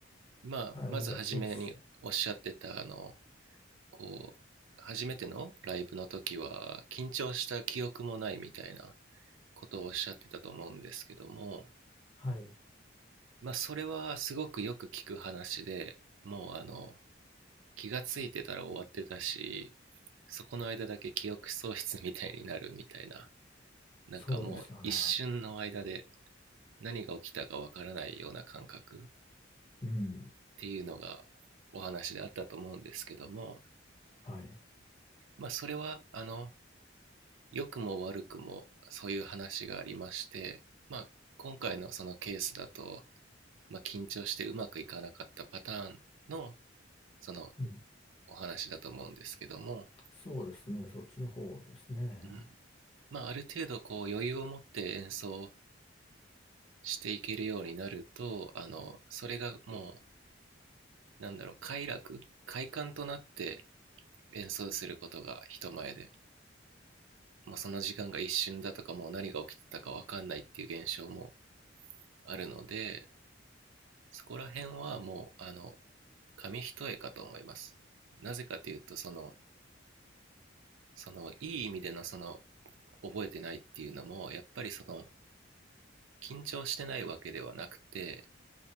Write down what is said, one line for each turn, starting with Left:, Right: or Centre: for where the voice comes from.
Right: まあ、
Left: はい、
Right: まず初めにおっしゃってた、
Left: お願いします。
Right: あの、こう、初めてのライブの時は、緊張した記憶もないみたいなことをおっしゃってたと思うんですけども、
Left: はい、
Right: まあ、それはすごくよく聞く話で、もう、あの、気がついてたら終わってたし、そこの間だけ記憶喪失みたいになるみたいな、なんかもう一瞬の間で
Left: そうですよね。
Right: 何が起きたかわからないような感覚っ
Left: うん、
Right: ていうのがお話であったと思うんですけども、
Left: はい、
Right: まあ、それはあの良くも悪くもそういう話がありまして、まあ、今回のそのケースだと、まあ、緊張してうまくいかなかったパターンのその
Left: うん、
Right: お話だと思うんですけども、
Left: そうですね、そっちの方ですね。
Right: うんまあ、ある程度こう余裕を持って演奏していけるようになるとあのそれがもうなんだろう快楽快感となって演奏することが人前でもうその時間が一瞬だとかもう何が起きてたか分かんないっていう現象もあるのでそこら辺はもうあの紙一重かと思いますなぜかというとそのそのいい意味でのその覚えてないっていうのもやっぱりその緊張してないわけではなくて